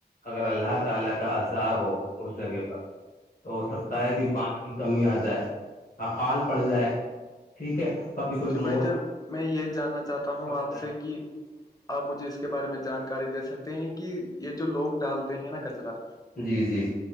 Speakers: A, on the left; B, on the left.
A: اگر اللہ تعالی کا عذاب ہو اس جگہ پر تو ہو سک تا ہے کہ
B: جی
A: پانی کی کمی آ جائے اقال پڑ جائے ٹھیک ہے کبھی کوئی
B: جی
A: م
B: بھائی میں یہ جاننا چاہتا ہوں آپ
A: جائے
B: سے کہ آپ مجھے اس کے بارے میں جانکاری دے سکتے ہیں کہ یہ جو لوگ ڈالتے ہیں نا کچرا
A: جی جی